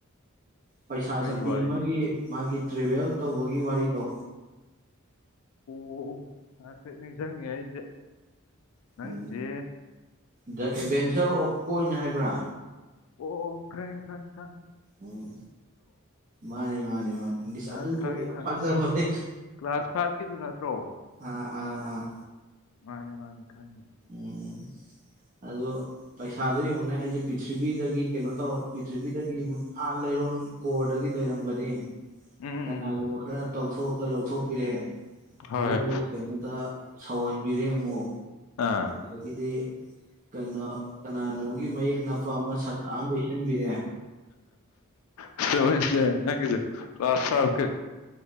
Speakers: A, on the right; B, on the left.
A: ꯄꯩꯁꯥ
B: ꯀꯔꯤ
A: ꯆꯠꯞꯄꯤ
B: ꯋꯥꯔꯤꯅꯣ
A: ꯑꯃꯒꯤ ꯃꯥꯒꯤ ꯇ꯭ꯔꯤꯕꯦꯜ ꯇꯧ ꯋꯥꯒꯤꯤ ꯋꯥꯂꯤ ꯇ
B: ꯑꯣ ꯍꯥꯏꯐꯦꯠ ꯅꯤꯡꯁꯤꯡꯪꯉꯦ ꯑꯩꯁꯦ ꯅꯪꯒꯤꯁꯦ
A: ꯎꯝ ꯗ
B: ꯎꯝ
A: ꯑꯦꯚꯦꯟꯆꯔ ꯑꯣꯐ ꯀꯣꯏꯅ ꯍꯥꯏꯕ꯭ꯔꯥ
B: ꯑꯣ ꯈ꯭ꯔ ꯈꯪ ꯈꯪ
A: ꯎꯝ ꯃꯥꯅꯦ ꯃꯥꯅꯦ ꯃꯥꯅꯤ ꯑꯗꯨꯗꯣ
B: ꯑꯁ ꯈꯪꯉꯦ
A: ꯌꯥꯝ
B: ꯈꯪꯉꯦ
A: ꯐꯖꯕꯅꯦꯦ
B: ꯀ꯭ꯂꯥꯁ ꯐꯥꯏꯚꯀꯤꯗꯨ ꯅꯠꯇ꯭ꯔꯣ
A: ꯑꯥ ꯑꯥ ꯑꯥ
B: ꯃꯥꯅꯦ ꯃꯥꯅꯦ ꯈꯅꯤ
A: ꯎꯝ ꯑꯗꯣ ꯄꯩꯁꯥꯗꯣ ꯌꯦꯡꯉꯅꯦ ꯑꯩꯁꯦ ꯄꯤꯔꯤꯊꯤꯕꯤꯗꯒꯤ ꯀꯩꯅꯣ ꯇꯧꯔ ꯄꯤꯔꯤꯊꯤꯕꯤꯗꯒꯤ ꯑꯥꯠ ꯂꯩꯔꯣꯟ ꯀꯣꯔꯗꯒꯤ ꯂꯩꯔꯝꯕꯅꯤ
B: ꯎꯝ
A: ꯀꯅꯥꯒꯨꯝꯕ
B: ꯎꯝ ꯎꯝ
A: ꯈꯔ ꯇꯧꯊꯣꯛꯎ ꯈ ꯂꯧꯊꯣꯛꯄꯤꯔꯦ
B: ꯍꯣꯏ
A: ꯑꯕꯨ
B: ꯍꯣꯏ
A: ꯀꯩꯅꯣꯗ ꯁꯋꯥꯅꯤ ꯕꯤꯔꯃꯨ
B: ꯑꯥ
A: ꯍꯗꯤ ꯀꯩꯅꯣ ꯀꯅꯥꯅꯣꯒꯤ ꯃꯌꯦꯛ ꯅꯄ ꯑꯃ ꯁꯥꯛ ꯑꯃ ꯌꯩꯁꯟꯕꯤꯔꯦ
B: ꯊ ꯗ ꯀ꯭ꯂꯥꯁ ꯐ ꯀ